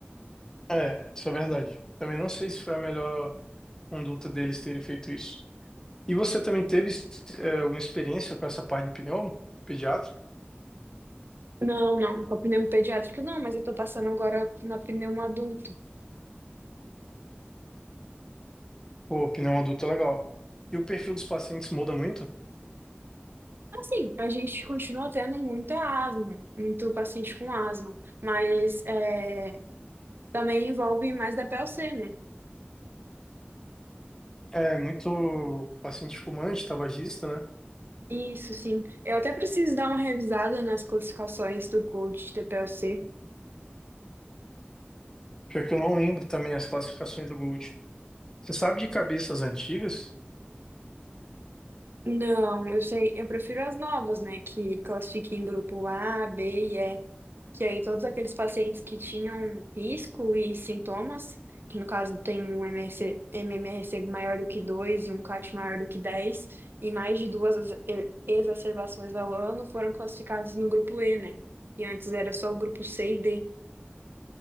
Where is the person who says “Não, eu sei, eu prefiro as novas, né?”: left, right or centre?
Right